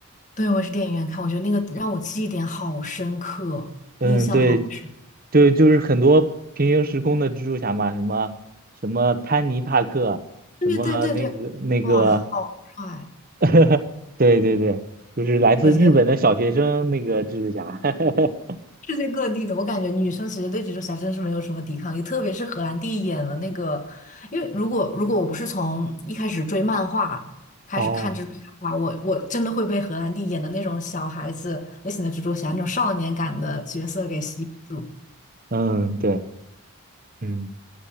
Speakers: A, on the left; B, on the right.
A: 对，我也是电影院看，我觉得那个让我记忆点好深刻，
B: 嗯，
A: 印象好深。
B: 对，对，就是很多平行时空的蜘蛛侠嘛，什么什么潘尼帕克，什么那个那个，
A: 对对对对，哇，好帅！
B: <laughs> 对对对，就是来自日本的小学生那个蜘蛛侠。
A: 我觉得。
B: <laughs>
A: 世界各地的，我感觉女生其实对蜘蛛侠真的是没有什么抵抗力，特别是荷兰弟演的那个，因为如果如果我不是从一开始追漫画开始看蜘蛛侠的话，
B: 哦，
A: 我我真的会被荷兰弟演的那种小孩子类型的蜘蛛侠那种少年感的角色给吸引住。
B: 嗯，对，嗯，